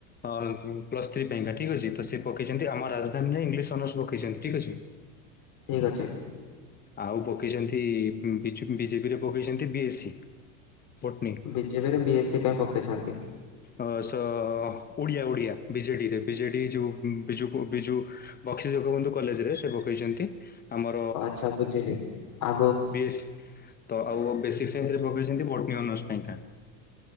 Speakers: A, on the left (about 20°); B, on the left (about 45°).
A: ହଁ ପ୍ଲସ୍ ଥ୍ରୀ ପାଇଁକା ଠିକ ଅଛି ତ ସେ ପକେଇଛନ୍ତି ଆମ ରାଜଧାନୀରେ ଇଂଲିଶ ଅନର୍ସ ପକେଇଛନ୍ତି ଠିକ ଅଛି।
B: ଠିକ୍ ଅଛି।
A: ଆଉ ପକେଇଛନ୍ତି ବିଜେପିରେ ପକେଇଛନ୍ତି ବି ଏସ୍ ସି। ବଟନୀ।
B: ବିଜେପିରେ ବି ଏସ୍ ସି ପାଇଁ ପକେଇଛନ୍ତି।
A: ଅ ସ ଓଡ଼ିଆ ଓଡିଆ ବିଜେଡିରେ ବିଜେଡି ଯୋଉ ବିଜୁ ବିଜୁ ବକ୍ସି ଜଗବନ୍ଧୁ କଲେଜରେ ସେ ପକେଇଛନ୍ତି ଆମ
B: ଆଚ୍ଛା ବୁଝିଲି ଆ
A: ବିଏସ୍ ତ ଆଉ ବେସିକ୍ ସାଇନ୍ସରେ ପକେଇଛନ୍ତି ବଟନି ଅନର୍ସ ପାଇଁକା।